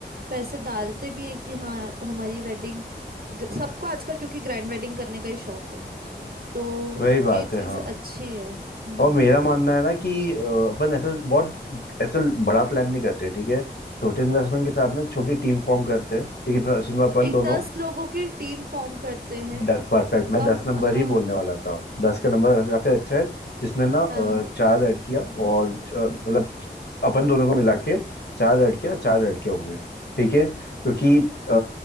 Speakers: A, on the right; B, on the left.
A: पैसे डालते भी हैं कि हाँ हमारी वेडिंग सबको आजकल क्योंकि ग्रैंड वेडिंग करने का ही शौक है तो
B: वही बात
A: ये
B: है
A: चीज
B: हाँ
A: अच्छी है हम्म
B: और मेरा मानना है ना कि अ, अपन ऐसा बहुत ऐसा बड़ा प्लान नहीं करते ठीक है छोटे इन्वेस्टमेंट के साथ ना छोटी टीम फॉर्म करते हैं ठीक है उसमें अपन
A: एक
B: दोनों
A: दस लोगों की टीम फॉर्म करते हैं
B: परफेक्ट मैं
A: कम
B: दस नंबर
A: हाँ
B: ही बोलने वाला था दस का नंबर काफी अच्छा है जिसमें ना अ,
A: हाँ
B: चार लड़कियां और अ, मतलब अपन दोनों को मिला के चार लड़कियां चार लड़के होंगे ठीक है क्योंकि अ,